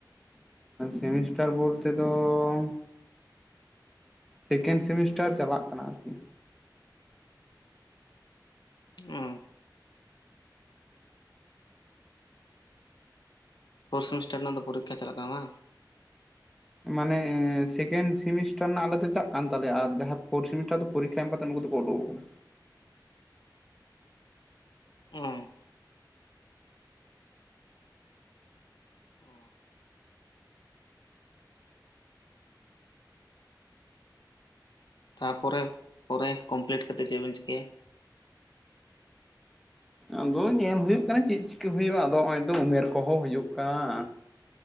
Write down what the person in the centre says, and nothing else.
ᱥᱮᱢᱤᱥᱴᱟᱨ ᱵᱚᱞᱛᱮ ᱫᱚ ᱥᱮᱠᱮᱱᱰ ᱥᱮᱢᱤᱥᱴᱟᱨ ᱪᱟᱵᱟᱜ ᱠᱟᱱᱟ ᱟᱨᱠᱤ
ᱢᱟᱱᱮ ᱥᱮᱠᱮᱱᱰ ᱥᱮᱢᱤᱥᱴᱟᱨ ᱨᱮᱱᱟᱜ ᱟᱞᱮ ᱫᱚ ᱪᱟᱜ ᱠᱟᱱ ᱛᱟᱞᱮᱭᱟ ᱟᱨ ᱡᱟᱦᱟᱸ ᱯᱷᱳᱨᱰ ᱥᱮᱢᱤᱥᱴᱟᱨ ᱫᱚ ᱯᱚᱨᱤᱠᱠᱷᱟ ᱮᱢ ᱠᱟ ᱛᱚ ᱱᱩᱠᱩ ᱠᱚᱫᱚ ᱠᱚ ᱳᱰᱳᱜ‌ ᱠᱟᱱᱟ
ᱟᱫᱚ ᱧᱮᱞ ᱦᱩᱭᱩᱜ ᱠᱟᱱᱟ ᱪᱮᱫ ᱪᱤᱠᱟᱹ ᱦᱩᱭᱩᱜ-ᱟ ᱟᱫᱚ ᱱᱚᱜ-ᱚᱭ ᱛᱚ ᱩᱢᱮᱨ ᱠᱚᱦᱚᱸ ᱦᱩᱭᱩᱜ ᱠᱟᱱᱟ